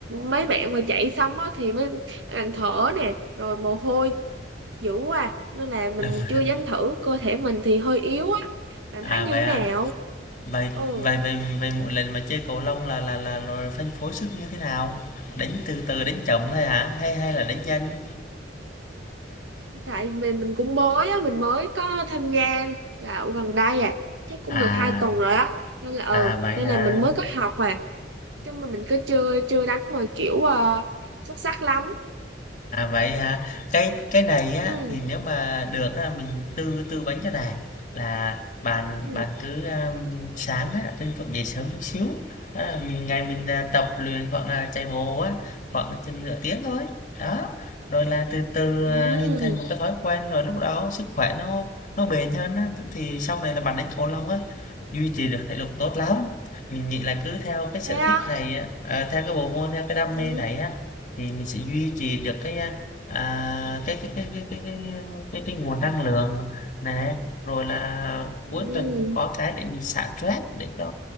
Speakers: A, on the right (about 70°); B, on the left (about 45°).
A: mấy bạn mà chạy xong á thì mới làm thở nè, rồi mồ hôi dữ quá, nên là mình
B: Đúng rồi.
A: chưa dám thử. Cơ thể mình thì hơi yếu á, bạn
B: à
A: thấy như
B: vậy
A: thế
B: à
A: nào?
B: vậy
A: Ừ.
B: vậy vậy vậy mỗi lần mà chơi cầu lông là là là rồi phân phối sức như thế nào đánh từ từ đánh chậm thôi hả hay hay là đánh nhanh
A: tại mình mình cũng mới á mình mới có tham gia dạo gần đây à chắc cũng
B: à
A: được hai tuần rồi á nên là ừ
B: à vậy
A: nên
B: hả
A: là mình mới có học mà chứ mà mình cứ chưa chưa đánh mà kiểu ờ, xuất sắc lắm
B: À, vậy hả? Cái cái này á
A: ừ
B: thì nếu mà được á mình tư tư vấn cho này là bạn
A: ừ
B: bạn cứ um, sáng á tranh thủ dậy sớm chút xíu. À, mình ngày mình à, tập luyện khoảng là chạy bộ á khoảng chừng nửa tiếng thôi. Đó. Rồi là từ từ
A: ừ
B: à, hình thành một cái thói quen rồi lúc đó sức khỏe nó nó bền hơn á thì sau này là bạn đến cầu lông á duy trì được thể lực tốt lắm. Mình nghĩ là cứ theo cái sở
A: thế á
B: thích này á, à, theo cái bộ môn theo cái đam
A: ừ
B: mê này á thì mình sẽ duy trì được cái à, à, cái cái cái cái cái cái cái, cái nguồn năng lượng này rồi là
A: ừ
B: cuối tuần cũng có cái để mình xả stress để cho